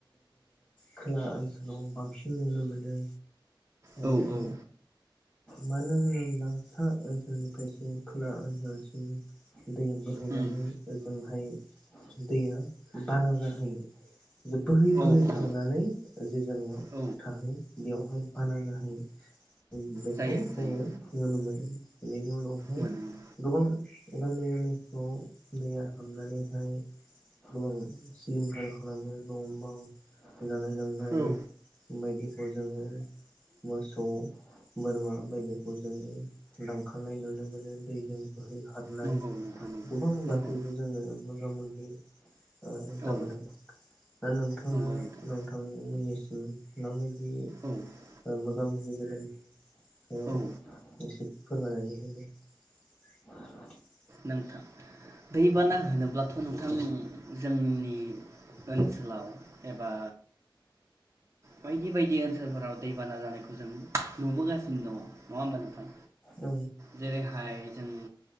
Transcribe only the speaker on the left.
खोला ओन ओनसोलाव बांसिन नुनो मोनो <unintelligible>
ओ
मानो होनोब्ला सा ओनसोलनिफ्रायसो खोला ओनसोलसिम दै बोहैनानै
ओजोंहाय दैया बाना जाहैयो बोहै बोहै
थांनानै जे जायगायाव
थाहैयो बेयावहाय बाना जाहैयो <unintelligible> खौ
जोङो नुनो मोनो बेनि उनावहाय
गोबां इदिनो न'आव दैया हाबनानैहाय गोबां सिलिंखार खालामो न' बां जानाय लोंनाय
बायदि खौ जोङो मोसौ बोरमा बायदिखौ जोङो लांखारनाय नुनो मोनो दैजों बोहैखारनाय
गोबां
जाथायजों
जोङो मोगा -मोगि ओ जाबोदों
दा नोंथाङा
नोंथांमोननि <unintelligible> <unintelligible>
ओ <unintelligible> <unintelligible> बेयाव
एसे फोरमायनानै होदो <inaudible>
औ